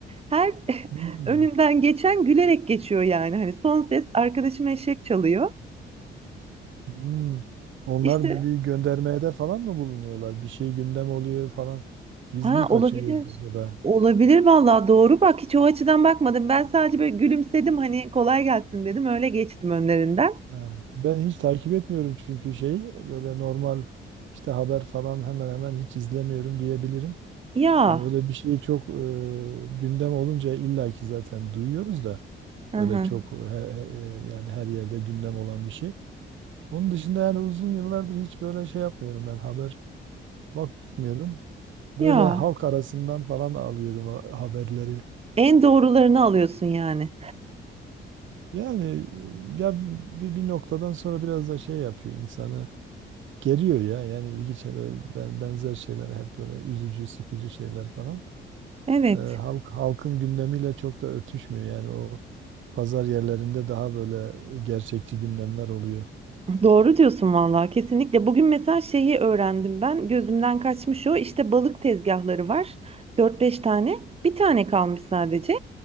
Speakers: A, on the right; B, on the right.
A: Her <laughs>
B: Hmm,
A: önünden geçen gülerek geçiyor yani. Hani son ses arkadaşım eşek çalıyor.
B: hmm. Onlar
A: İşte.
B: bir, bir göndermeye de falan mı bulunuyorlar? Bir şey gündem oluyor falan. Biz
A: Ha
B: mi kaçırıyoruz
A: olabilir.
B: acaba?
A: Olabilir vallahi doğru bak hiç o açıdan bakmadım. Ben sadece böyle gülümsedim hani kolay gelsin dedim öyle geçtim önlerinden.
B: Ha, Ben hiç takip etmiyorum çünkü şey böyle normal işte haber falan hemen hemen hiç izlemiyorum diyebilirim.
A: Ya.
B: Hani öyle bir şey çok e, gündem olunca illaki zaten duyuyoruz da
A: Hı
B: öyle
A: hı.
B: çok he- he- e, yani her yerde gündem olan bir şey. Onun dışında yani uzun yıllardır hiç böyle şey yapmıyorum ben haber bakmıyorum. Böyle
A: Ya.
B: halk arasından falan alıyorum ha- haberleri.
A: En doğrularını alıyorsun yani.
B: Yani e, ya bir, bir noktadan sonra biraz da şey yapıyor insanı geriyor ya yani ilginç ve ben- benzer şeyler hep böyle üzücü sıkıcı şeyler falan.
A: Evet.
B: e, halk halkın gündemiyle çok da örtüşmüyor. Yani o pazar yerlerinde daha böyle gerçekçi gündemler oluyor.
A: Doğru diyorsun vallahi kesinlikle. Bugün mesela şeyi öğrendim ben. Gözümden kaçmış o. İşte balık tezgahları var. dört beş tane. Bir tane kalmış sadece.